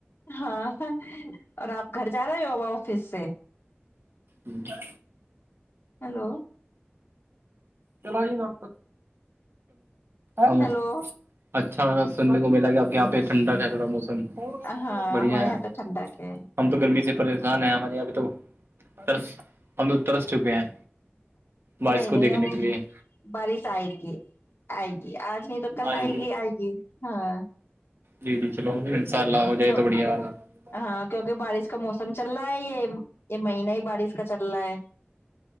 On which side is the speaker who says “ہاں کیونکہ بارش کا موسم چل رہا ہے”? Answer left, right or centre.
Left